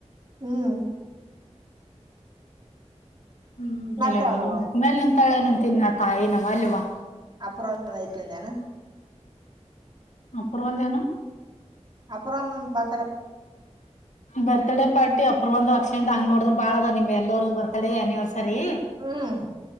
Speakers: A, on the right; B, on the left.
A: ಹ್ಮ್
B: ಹ್ಮ್
A: ಮತ್ತೆ
B: ಇಲ್ಲವ
A: ಯಾವ್ದು
B: ನ ಬುಕ್ ಮೇಲೆ ನಂತಳನ ಅಂತನ್ ತಾಯಿ ನವ ಅಲ್ವಾ
A: ಅಪ ಅತಂದಣ
B: ಅಪರ್ವಂತ ಏನ
A: ಅಪರ ಬ
B: ಬರ್ಥಡೇ ಪಾರ್ಟಿ ಪ ಒಂದು ಅಕ್ಷಯಿಂದ ಹಂಗ್ ನೋಡಿದ್ರ ಬಾಳ ಅದ ನಿಮ್ಗೆ ಎಲ್ಲರ ಬರ್ತಡೇ ಅನಿವರ್ಸರಿ
A: ಹ್ಮ್